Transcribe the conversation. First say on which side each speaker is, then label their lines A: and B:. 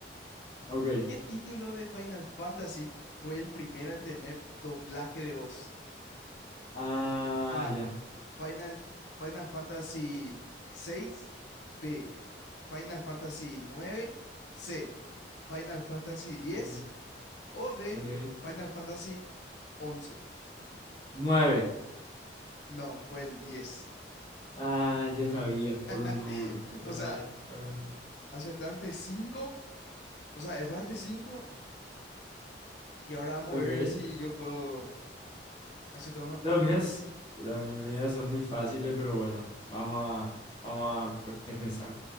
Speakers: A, on the left (about 30°); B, on the left (about 75°).
A: ok.
B: ¿Qué título de Final Fantasy fue el primero en tener doblaje de voz?
A: Ah,
B: A.
A: ya.
B: Final, Final Fantasy 6. B. Final Fantasy 9. C. Final Fantasy 10.
A: Ok.
B: O D.
A: ok.
B: Final Fantasy 11.
A: Nueve.
B: No, fue el 10.
A: Ah, yo sabía por un
B: <laughs>
A: número.
B: O
A: Ya,
B: sea,
A: ya, perdón.
B: acertaste 5, o sea, erraste 5 y ahora vamos
A: Ok.
B: a ver si yo puedo acertar unos cuantos.
A: Los míos, los míos son muy fáciles, pero bueno, vamos a, vamos a pe- a pensar.